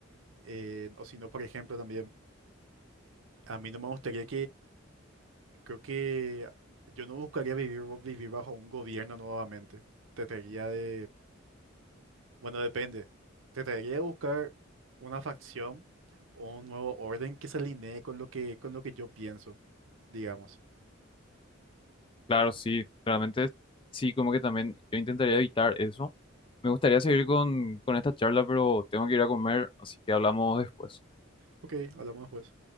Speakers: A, on the right; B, on the left.
A: Eh, o si no, por ejemplo, también, a mí no me gustaría Creo que yo no buscaría vivir, vivir bajo un gobierno nuevamente. Trataría de, bueno, depende. Trataría de buscar una facción o un nuevo orden que se alinee con lo que, con lo que yo pienso, digamos.
B: Claro, sí, realmente sí, como que también yo intentaría evitar eso. Me gustaría seguir con, con esta charla, pero tengo que ir a comer, así que hablamos después.
A: Ok, hablamos después.